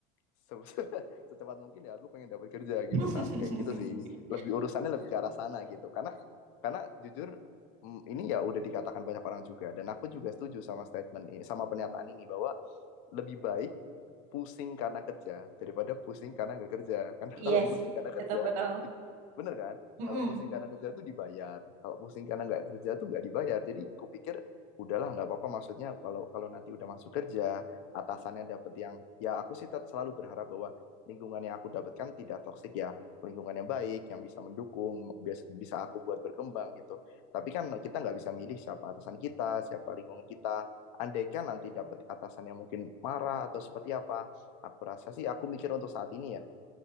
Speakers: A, on the left (about 70°); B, on the right (about 45°).
A: se- <laughs> secepat mungkin ya aku pengen dapat kerja gitu
B: <laughs>
A: kak, kayak gitu sih. Lebih urusannya lebih ke arah sana gitu, karena karena jujur mm, ini ya udah dikatakan banyak orang juga dan aku juga setuju sama statement ini, sama pernyataan ini bahwa lebih baik pusing karena kerja daripada pusing karena nggak kerja. <laughs> Karena
B: Yes,
A: kalau pusing karena kerja,
B: itu betul.
A: itu, bener kan?
B: Mm-mm.
A: Kalau pusing karena kerja tuh dibayar. Kalau pusing karena nggak kerja tuh nggak dibayar. Jadi kupikir udahlah nggak apa-apa. Maksudnya kalau kalau nanti udah masuk kerja, atasannya dapet yang ya aku sih selalu berharap bahwa lingkungan yang aku dapatkan tidak toksik ya lingkungan yang baik yang bisa mendukung bisa aku buat berkembang gitu tapi kan kita nggak bisa milih siapa atasan kita siapa lingkungan kita andaikan nanti dapat atasan yang mungkin marah atau seperti apa, aku rasa sih aku mikir untuk saat ini ya,